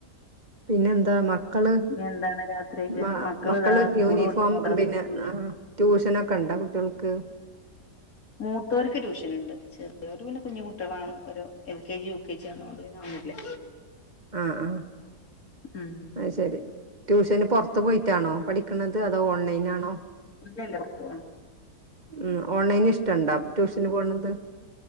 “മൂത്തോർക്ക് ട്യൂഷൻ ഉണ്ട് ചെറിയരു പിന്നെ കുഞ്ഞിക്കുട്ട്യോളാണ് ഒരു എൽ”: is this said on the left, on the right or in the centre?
Left